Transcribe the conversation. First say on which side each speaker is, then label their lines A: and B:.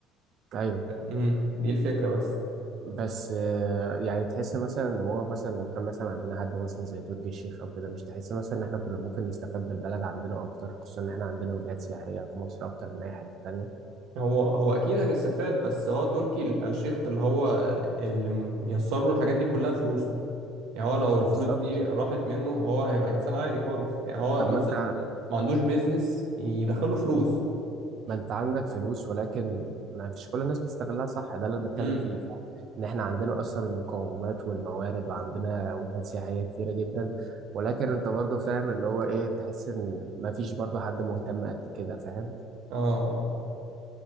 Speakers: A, on the right; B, on the right.
A: أيوه
B: امم دي الفكرة بس
A: بس آه، يعني تحس مثلا إن هو مثلا لو كان مثلا عندنا حد مثلا زي تركي الشيخ أو كده مش تحس مثلا إن إحنا كنا ممكن نستفاد بالبلد عندنا أكتر خصوصا إن إحنا عندنا وجهات سياحية في مصر أكتر من أي حتة تانية
B: هو هو أكيد هنستفاد بس هو تركي ال- الشيخ اللي هو اللي ميسر له الحاجات دي كلها فلوسه يعني هو لو
A: بالظبط
B: الفلوس دي راحت منه هو هيبقى إنسان عادي خالص يعني هو
A: طب
B: مثلا
A: ما انت
B: ما عندوش بيزنس يدخله فلوس
A: ما انت عندك فلوس ولكن ما فيش كل الناس بتستغلها صح ده اللي انا بتكلم
B: امم
A: فيه فاهم ان احنا عندنا اصلا المقومات والموارد وعندنا وجهات سياحيه كتيره جدا ولكن انت برضو فاهم اللي هو ايه تحس ان ما فيش برضو حد مهتم قد كده فاهم
B: اه اه